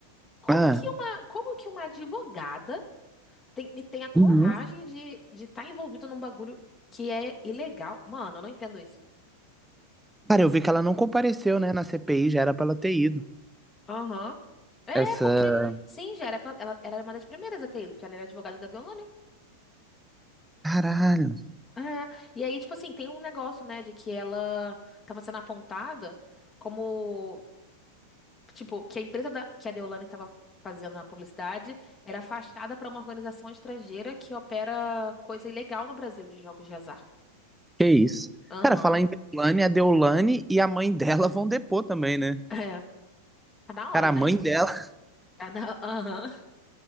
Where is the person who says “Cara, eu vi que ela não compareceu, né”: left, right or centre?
Centre